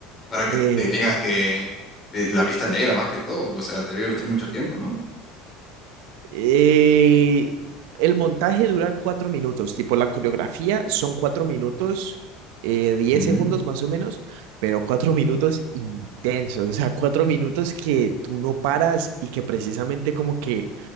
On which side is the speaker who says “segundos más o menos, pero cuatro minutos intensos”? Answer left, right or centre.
Right